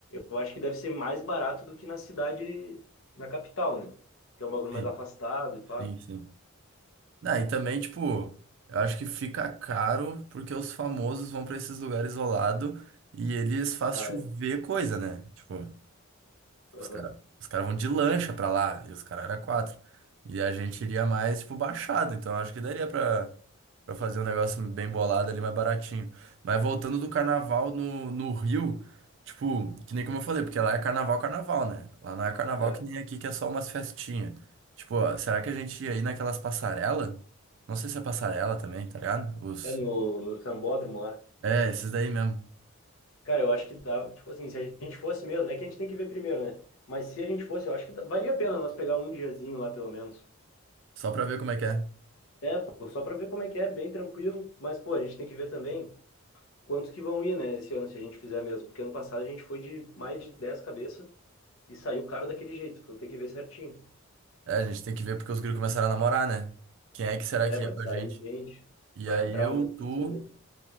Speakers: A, on the left; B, on the right.
A: eu acho que deve ser mais barato do que na cidade, na capital, né? Que é um bagulho mais
B: Sim,
A: afastado e pá.
B: sim, sim. Ah, e também, tipo, eu acho que fica caro porque os famosos vão pra esses lugares isolados e eles fazem
A: Ah,
B: chover
A: é.
B: coisa, né? Tipo,
A: Aham.
B: Os caras os cara vão de lancha pra lá, e os caras eram quatro. E a gente iria mais, tipo, baixado, então acho que daria pra, pra fazer um negócio bem bolado ali, mais baratinho. Mas voltando do carnaval no, no Rio, tipo, que nem como eu falei, porque lá é carnaval, carnaval, né? Lá não é carnaval
A: É,
B: que nem aqui, que é só umas festinhas. Tipo, ó, será que a gente ia ir naquelas passarela? Não sei se é passarela também, tá ligado? Os...
A: é no, no Sambódromo lá.
B: É, esses daí mesmo.
A: Cara, eu acho que dá, tipo assim, se a gente fosse mesmo, é que a gente tem que ver primeiro, né? Mas se a gente fosse, eu acho que dá- valia a pena nós pegar um diazinho lá, pelo menos.
B: Só pra ver como é que é.
A: É, pô, só pra ver como é que é, bem tranquilo, mas, pô, a gente tem que ver também quantos que vão ir, né, esse ano, se a gente fizer mesmo. Porque ano passado a gente foi de mais de dez cabeças e saiu caro daquele jeito, então tem que ver certinho.
B: É, a gente tem que ver porque os gringos começaram a namorar, né? Quem é que será
A: É,
B: que
A: vai
B: ia com
A: sair
B: a gente?
A: gente,
B: E
A: vai
B: aí
A: entrar
B: eu,
A: uns uns
B: tu,
A: aí.